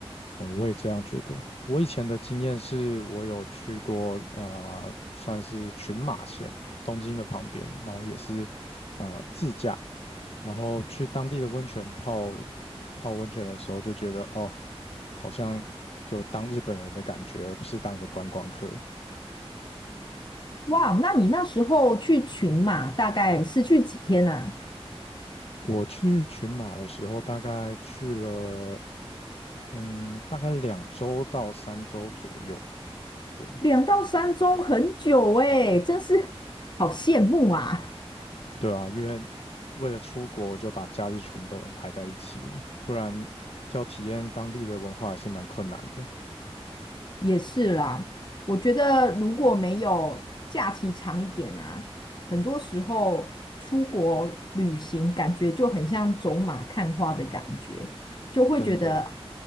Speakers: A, on the left; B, on the left.
A: 哦，我也这样觉得。我以前的经验是我有去过啊，算是群马县东京的旁边，然后也是啊自驾，然后去当地的温泉泡泡温泉的时候，就觉得哦，好像有当日本人的感觉，而不是当个观光客。
B: 哇，那你那时候去群马大概是去几天啊？
A: 我去群马的时候，大概去了嗯，大概两周到三周左右。对。
B: 两到三周，很久诶，真是好羡慕啊！
A: 对啊，因为为了出国，我就把假日全部都安排在一起了，不然要体验当地的文化还是蛮困难的，
B: 也是啦，我觉得如果没有假期长一点啊，很多时候出国旅行感觉就很像走马看花的感觉，就会觉得
A: 真的。